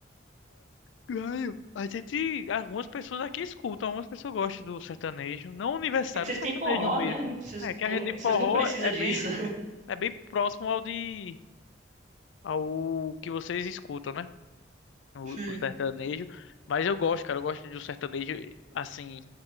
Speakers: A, on the left (about 80°); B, on the right (about 40°).
A: Ganho. A gente, algumas pessoas aqui escutam, algumas pessoas gostam do sertanejo, não universitário,
B: é que vocês
A: o sertanejo
B: têm forró,
A: mesmo.
B: né, vocês
A: É
B: não
A: que
B: têm,
A: a rede de
B: vocês
A: forró
B: não precisam
A: é
B: disso,
A: bem,
B: <laughs>
A: é bem próximo ao de, ao que vocês escutam, né? O,
B: Sim.
A: o sertanejo, mas eu gosto, cara, eu gosto de um sertanejo, assim,